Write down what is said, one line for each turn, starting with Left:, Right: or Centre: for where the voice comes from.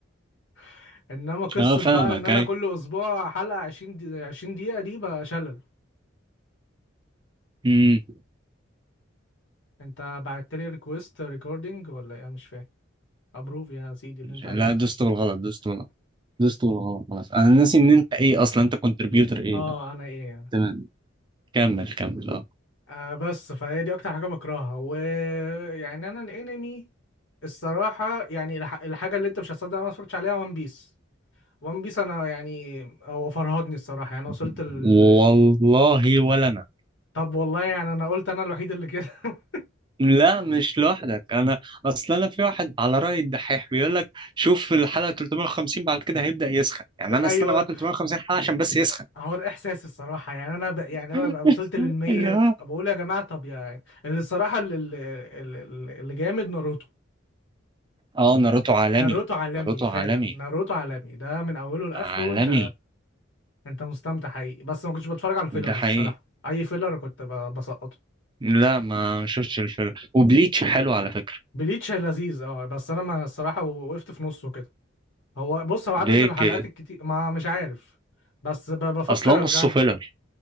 Left: <laughs> انما قصه
Right: اه فاهمك
Left: بقى ان انا
Right: اي
Left: كل اسبوع حلقه 20 دي 20 دقيقه دي بقى شلل
Right: امم
Left: انت بعت لي ريكويست ريكوردينج ولا ايه أنا مش فاهم ابروف يا سيدي اللي انت
Right: لا
Left: عايزه
Right: دوست بالغلط دوست بالغلط دوست بالغلط خلاص انا ناسي ان انت ايه اصلا انت كونتريبيوتر ايه
Left: اه
Right: بقى
Left: انا ايه يعني؟
Right: تمام كمل كمل اه
Left: آه بس فهي دي اكتر حاجه بكرهها ويعني انا الانمي الصراحه يعني الح... الحاجه اللي انت مش هتصدق انا ما اتفرجتش عليها وان بيس وان بيس انا يعني هو فرهدني الصراحه يعني أنا
Right: <laughs>
Left: وصلت ال...
Right: والله ولا انا
Left: طب والله يعني انا قلت انا الوحيد اللي كده <laughs>
Right: لا مش لوحدك انا اصلا انا في واحد على راي الدحيح بيقول لك شوف في الحلقه 350 بعد كده هيبدا يسخن يعني انا
Left: ايوه
Right: استنى بعد 350 حلقه عشان بس يسخن
Left: هو الاحساس الصراحه يعني انا ب... يعني انا
Right: <laughs>
Left: ببقى وصلت للمية
Right: اللي هو
Left: بقول يا جماعه طب يعني اللي الصراحه اللي, اللي, اللي جامد ناروتو
Right: اه ناروتو عالمي
Left: ناروتو عالمي
Right: ناروتو
Left: فعلا
Right: عالمي
Left: ناروتو عالمي ده من اوله لاخره
Right: عالمي
Left: انت انت مستمتع حقيقي بس ما كنتش بتفرج على الفيلرز
Right: ده حقيقي
Left: الصراحه اي فيلر كنت ب- بسقطه
Right: لا ما شفتش الفيلم وبليتش حلو على فكره
Left: بليتش لذيذ اه بس انا ما الصراحه وقفت في نصه كده هو بص هو عدد
Right: ليه
Left: الحلقات
Right: كده
Left: الكتير ما مش عارف بس ب- بفكر
Right: اصلا نصه
Left: ارجع له
Right: فيلر